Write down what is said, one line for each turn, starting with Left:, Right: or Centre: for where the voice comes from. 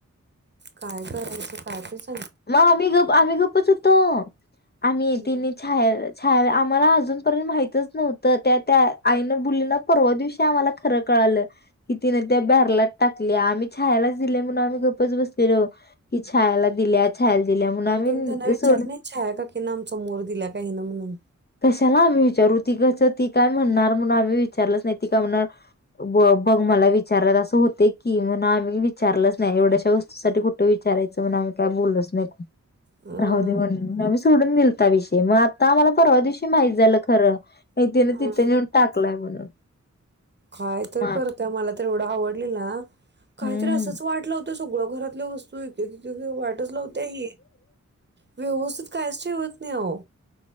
Right: काय कयचं कायतच.
Left: मग आम्ही गप आम्ही गपच होतो आम्ही
Right: हम्म
Left: तिने छाया. छ आम्हाला अजूनर्यंत माहितच नव्हतं त्या त्या आईनं बुलीना परवा दिवशी आम्हाला खरं कळ. क ति त्या बला टाक आम्ही छलाच दिले म्हणून आम्ही गपच बसले. छाला दिल्या. छायाला दिल्या म्हणून आम्ही
Right: मग तुम्ही त्यांना विचार
Left: सोड
Right: नाही छा आहे का की ना आमचा मोर दिला का ना म्हणून
Left: कशाला आम्ही विचारू ती कस ती काय म्हणणार म्हण आम्ही विचारलंच नाही ती काय म्हणणार. ब बघ मला विचारला असं होते की म्हण आम्ही विचारलंच नाही एवढ्याशा वस्तूसाठी कुठे विचार. विचारायचं म्हग आम्ही काय बोललच नाही.
Right: अं
Left: राह दे म्हणून आम्ही सोडून दिलता विषय मग आता मला परवा दिवशी माहित झालं खरं नाही तिन
Right: अं
Left: तिथे नेऊन टाकलाय म्हणून
Right: काय तर
Left: मा
Right: करतय मला तर एवढं आवडलेल काहीतरी
Left: हम्म
Right: असंच वाटलं होत. सगळ घरातल्या वस्तू वाटच लावते व्यवस्थित काची होत नाही हो.